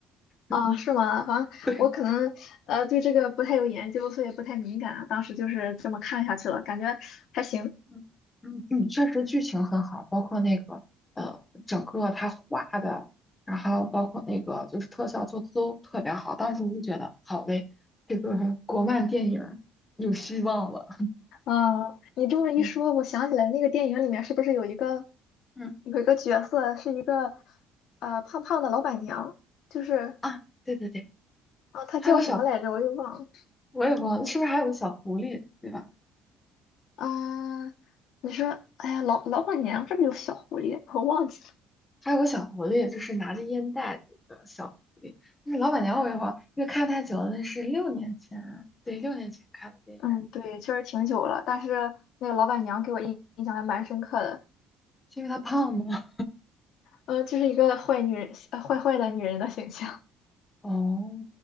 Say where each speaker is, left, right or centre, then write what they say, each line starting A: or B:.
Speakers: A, on the left; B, on the left.
A: 啊，
B: <laughs>
A: 是吗？反正我可能呃对这个不太有研究，
B: 对，
A: 所以不太敏感啊。当时就是这么看下去了，感觉还行。
B: 嗯嗯，嗯确实剧情很好，包括那个呃，整个他画的，然后包括那个就是特效做的都特别好。当时就觉得好嘞，这个国漫电影儿有希望了。
A: 啊，你这么一说，
B: <laughs> 嗯
A: 我想起来那个电影里面是不是有一个
B: 嗯
A: 有一个角色是一个呃胖胖的老板娘？就是
B: 啊，对对对，
A: 啊，她叫什么来着？
B: 还有个小，
A: 我又忘了
B: 我也忘了，是不是还有个小狐狸，对吧？
A: 啊。你说，哎呀，老老板娘这不是有小狐狸？我忘记了。
B: 还有个小狐狸，就是拿着烟袋的一个小狐狸。那是老板娘我一会儿，因为看太久了，那是六年前啊，对，六年前看的电影，
A: 嗯，对，确实挺久了，但是那个老板娘给我印印象还蛮深刻的。
B: 是因为他胖吗？
A: 呃，就是一个坏女人，呃坏坏的女人的形象。
B: <laughs> 哦，